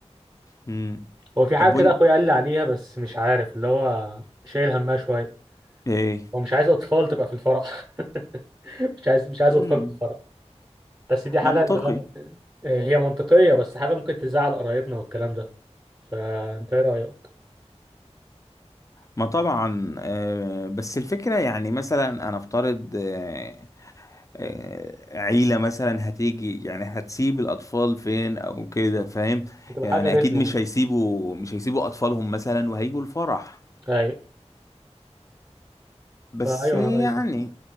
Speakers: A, on the left (about 30°); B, on the right (about 20°).
A: مم.
B: هو في حاجة
A: طب
B: كده
A: وانت
B: أخويا قال لي عليها بس مش عارف اللي هو شايل همها شوية
A: ايه
B: هو مش عايز أطفال تبقى في الفرح <laughs> مش عايز مش عايز
A: مم.
B: أطفال في الفرح بس دي حاجة
A: منطقي
B: اللي هو ممكن- هي منطقية بس حاجة ممكن تزعل قرايبنا والكلام ده فأنت إيه رأيك؟
A: ما طبعا آه، بس الفكرة يعني مثلا أنا أفترض آه، آه، عيلة مثلا هتيجي يعني هتسيب الأطفال فين أو كده فاهم
B: بتبقى
A: يعني
B: حاجة رخمة
A: أكيد مش هيسيبوا مش هيسيبوا أطفالهم مثلا وهيجوا الفرح
B: أيوة
A: بس
B: فأيوه
A: يعني
B: أنا رأيي كده